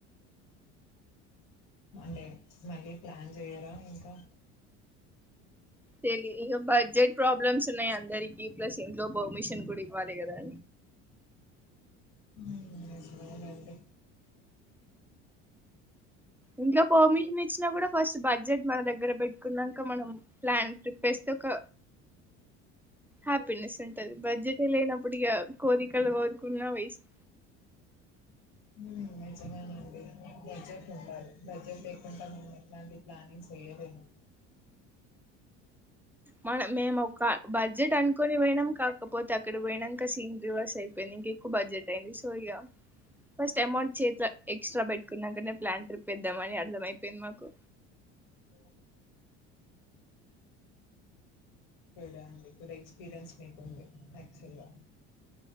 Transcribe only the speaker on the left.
మండే మళ్ళీ ప్లాన్ చేయరా ఇంకా
హ్మ్ సరే అండి
హ్మ్ నిజమే నండి బడ్జెట్ ఉండాలి బడ్జెట్ లేకుండా మనము ఎట్లాంటి ప్లానింగ్ చెయ్యలేము
ఓ హో కూడా అండి గుడ్ ఎక్స్పీరియన్స్ మీకుంది యాక్చువల్ గా